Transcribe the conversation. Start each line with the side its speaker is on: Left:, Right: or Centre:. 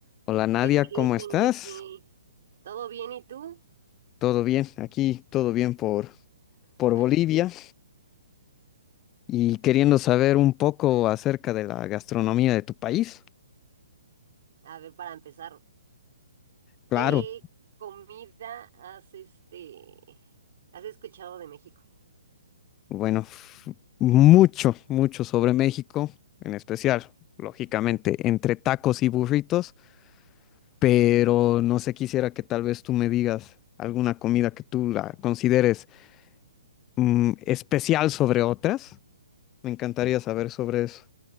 Left: Hola Nadia,
Right: ¿Qué crees,
Left: ¿cómo estás?
Right: Enrique? ¿Todo bien y tú?
Left: Todo bien, aquí todo bien por, por
Right: Ay,
Left: Bolivia y queriendo saber un poco acerca de la gastronomía de tu país.
Right: a ver, para empezar,
Left: Claro,
Right: ¿qué comida has este has escuchado de México?
Left: bueno, f- mucho, mucho sobre México, en especial, lógicamente, entre tacos y burritos, pero no sé, quisiera que tal vez tú me digas alguna comida que tú la consideres mm, especial sobre otras. Me encantaría saber sobre eso.